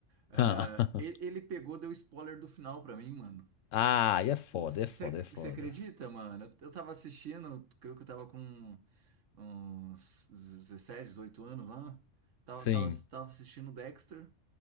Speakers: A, on the right; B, on the left.
A: Ah,
B: <laughs>
A: e- ele pegou, deu spoiler do final pra mim, mano.
B: Ah, e é foda,
A: Você
B: é foda, é foda.
A: acredita, mano? Eu, eu tava assistindo, creio que eu tava com uns 17, 18 anos lá. Tava,
B: Sim.
A: tava, tava assistindo o Dexter.